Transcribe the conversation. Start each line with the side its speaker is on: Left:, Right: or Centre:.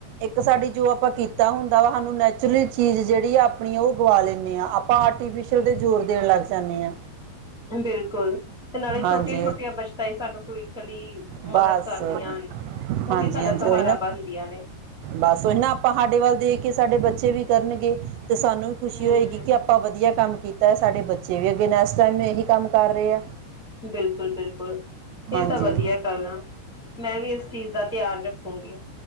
Right: ਇੱਕ ਸਾਡੀ ਜੋ ਆਪਾਂ ਕੀਤਾ ਹੁੰ ਦਾ ਵਾ ਹਾਨੂੰ ਨੈਚੁਰਲੀ ਚੀਜ਼ ਜਿਹੜੀ ਆ ਆਪਣੀ ਉਹ ਗਵਾ ਲੈਨੇ ਆ ਪਾਂ ਆਰਟੀਫਿਸ਼ਅਲ ਦੇ ਜ਼ੋਰ ਦੇਣ ਲੱਗ ਜਾਂਨੇ ਆ।
Centre: ਬਿਲਕੁੱਲ। 'ਤੇ ਨਾਲੇ ਛੋਟੀਆਂ-ਛੋਟੀਆਂ
Right: ਹਾਂਜੀ
Centre: ਬੱਚਤਾਂ ਈ ਸਾਨੂੰ ਭਵਿੱਖ ਲਈ
Right: ਬਸ
Centre: ਮਦਦ ਕਰਦੀਆਂ। ਉਹੀ
Right: ਹਾਂਜੀ
Centre: ਸਾਡਾ
Right: ਹਾਂਜੀ
Centre: ਸਹਾਰਾ
Right: ਉਹੀ ਨਾ
Centre: ਬਣਦੀਆਂ ਨੇ।
Right: ਬਸ ਉਹੀ ਨਾ ਆਪਾਂ ਹਾਡੇ ਵੱਲ ਦੇਖ ਕੇ ਸਾਡੇ ਬੱਚੇ ਵੀ ਕਰਨਗੇ 'ਤੇ ਸਾਨੂੰ ਵੀ ਖੁਸ਼ੀ
Centre: ਹਮ
Right: ਹੋਏਗੀ ਕਿ ਆ ਆਪਾਂ ਵਧੀਆ ਕੰਮ ਕੀਤਾ ਐ ਸਾਡੇ ਬੱਚੇ ਵੀ ਅੱਗੇ ਨੇਸਟ ਟੇਮ ਇਹੀ ਕੰਮ ਕਰ ਰੇ ਆ।
Centre: ਬਿਲਕੁੱਲ-ਬਿਲਕੁੱਲ ਇਹ
Right: ਹਾਂਜੀ
Centre: ਤਾਂ ਵਧੀਆ ਗੱਲ ਆ। ਮੈਂ ਵੀ ਇਸ ਚੀਜ਼ ਦਾ ਧਿਆਨ ਰੱਖੂਗੀ।